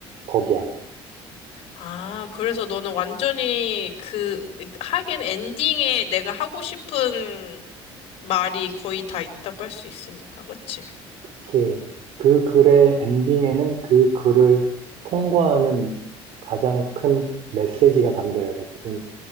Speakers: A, on the right; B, on the left.
A: 거기야.
B: 아, 그래서 너는 완전히 그, 하긴 엔딩에 내가 하고 싶은 말이 거의 다 있다고 할 수 있으니까, 그치?
A: 그치? 그 글의 엔딩에는 그 글을 통과하는 가장 큰 메시지가 담겨야 되거든.